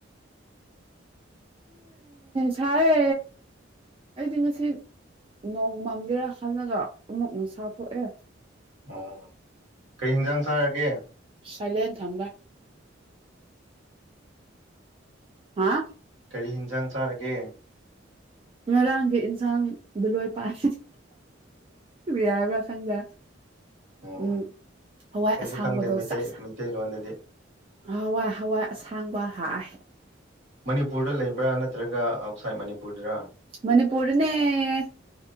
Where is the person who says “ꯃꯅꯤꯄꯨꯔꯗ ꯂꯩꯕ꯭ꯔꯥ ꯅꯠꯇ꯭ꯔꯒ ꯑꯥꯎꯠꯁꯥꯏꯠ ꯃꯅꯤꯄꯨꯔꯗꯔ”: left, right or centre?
Right